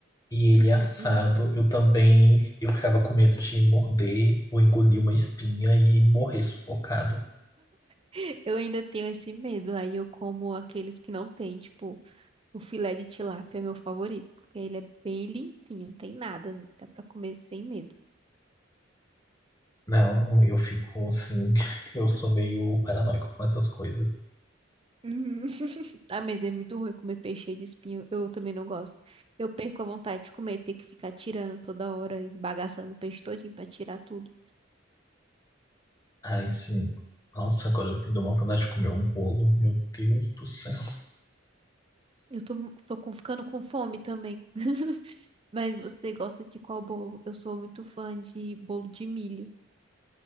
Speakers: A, on the left; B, on the right.
A: E ele
B: Uhum.
A: assado,
B: Nossa.
A: eu também, eu ficava com medo de morder ou engolir uma espinha e morrer sufocado.
B: <laughs> Eu ainda tenho esse medo. Aí eu como aqueles que não tem. Tipo, o filé de tilápia é meu favorito, porque ele é bem limpinho, não tem nada nele. Dá pra comer sem medo.
A: Não, eu fico assim, <laughs> eu sou meio paranoico com essas coisas.
B: Uhum. <laughs> Ah, mas é muito ruim comer peixe cheio de espinho. Eu também não gosto. Eu perco a vontade de comer, ter que ficar tirando toda hora, esbagaçando o peixe todinho pra tirar tudo.
A: Ai, sim. Nossa, agora eu me dou uma vontade de comer um bolo. Meu Deus do céu.
B: Eu tô, tô com- ficando com fome também. <laughs> Mas você gosta de qual bolo? Eu sou muito fã de bolo de milho.